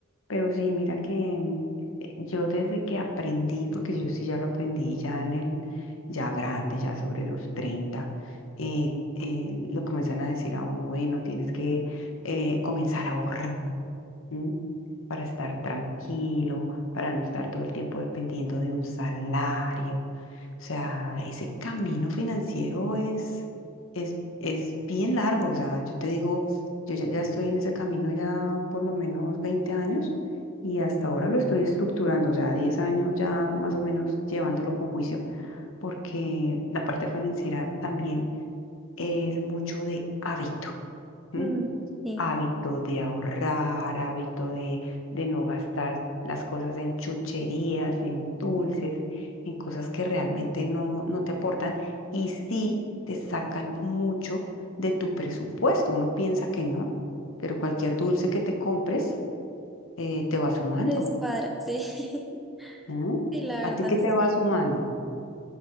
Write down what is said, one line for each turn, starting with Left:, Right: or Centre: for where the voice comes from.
Left: Pero sí, mira que mm, eh, yo desde que aprendí, porque yo sí ya lo aprendí ya en el, ya grande, ya sobre los treinta eh, eh, lo comienzan a decir a uno, bueno, tienes que eh, comenzar a ahorrar. ¿m? para estar tranquilo, para no estar todo el tiempo dependiendo de un salario. O sea, ese camino financiero es, es, es bien largo. O sea, yo te digo, yo ya, ya estoy en ese camino ya por lo menos 20 años y hasta ahora lo estoy estructurando. O sea, 10 años ya más o menos llevándolo con juicio porque la parte financiera también es mucho de hábito. ¿m?
Centre: No. Mm, sí,
Left: hábito de ahorrar, hábito de, de no gastar las cosas en chucherías, en dulces, en cosas que realmente no, no te aportan y sí te sacan mucho de tu presupuesto. Uno piensa que no, pero cualquier dulce que te compres eh, te va sumando.
Centre: es cuadra, sí, <laughs> sí,
Left: ¿no?
Centre: la
Left: ¿A
Centre: verdad,
Left: ti qué te
Centre: sí.
Left: va sumando?